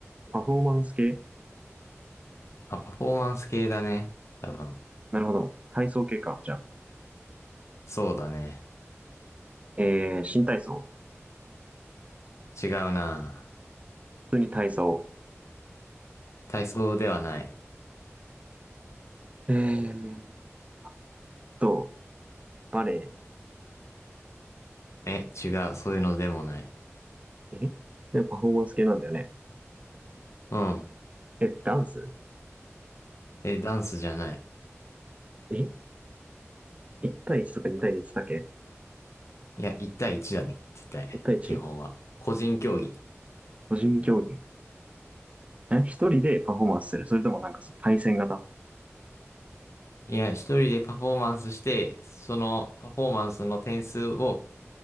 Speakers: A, on the right (about 25°); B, on the left (about 70°).
A: パフォーマンス系
B: あ、パフォーマンス系だね。多分。
A: なるほど。体操系か。じゃあ、
B: そうだね。
A: えー、新体操。
B: 違うな。
A: 普通に体操。
B: 体操ではない。
A: えーっと、バレ
B: え、違う。そういうのでもない。
A: エ。えで、パフォーマンス系なんだよね。
B: うん。
A: え、ダンス
B: え、ダンスじゃない。
A: え ?1 対1とか2対1だっけ
B: いや、1対1だね。絶対。
A: ?1 対 1?
B: 基本は。個人競技。
A: 個人競技。え、一人でパフォーマンスするそれともなんかその対戦型
B: いや、一人でパフォーマンスして、そのパフォーマンスの点数を